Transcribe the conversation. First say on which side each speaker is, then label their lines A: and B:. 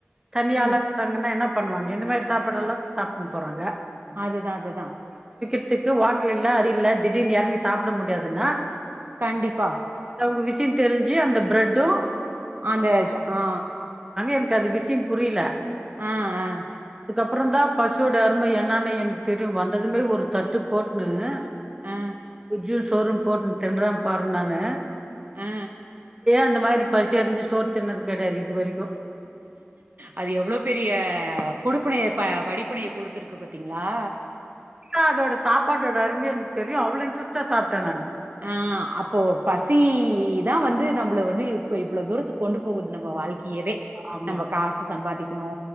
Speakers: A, on the right; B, on the right.
A: தண்ணி
B: ம்.
A: ஆளா இருறாங்கன்னா என்ன பண்ணுவாங்க இந்த மாதிரி சாப்பா எல்லாம் சாப்பின்னு போகிறாங்க
B: அதுதான் அதுதான்
A: க்கு வாட்டல் இல்லாம் அது இல் திடீனு இறங்கி சாப்பிட முடியாதுன்னா
B: கண்டிப்பா
A: அவங்க விசய தெரிஞ்சு அந்த பிரெட்டும்
B: அந்தஜ ஆ
A: எனக்கு அது விஷயம் புரியல
B: ஆ ஆ
A: அப்புறம்ந்தான் பசுவோட அருமை என்னன்னு எனக்கு தெரியும் வந்ததுமே ஒரு தட்டு போட்டுன்னனு
B: ஆ,
A: உஜ சோரூம் போட்டு தின்றறான் பாருன் நான்
B: ஆ.
A: அந்த மாதிரி பசி அறிஞ்சு சோர் தனது கிடையாது இது வரைக்கும்
B: அது எவ்வளவு பெரிய கொடுப்பினைய வடிப்பனையை கொடுடுத்திருக்கு ப பாத்தீங்களா?
A: அதோட சாப்பாட்டோட அருமய எனக்கு தெரிய அவ்வள இன்டரஸ்டாசாப்பிட்டன் நான்
B: ஆஹ் அப்போ பசிதான் வந்து நம்மளை வந்து இவ்வளவு தூரத்துக்கு கொண்டு போகுது நம்ம வாழ்க்கை வே
A: ஆமா
B: நம்ம காசு சம்பாதிக்க இனோ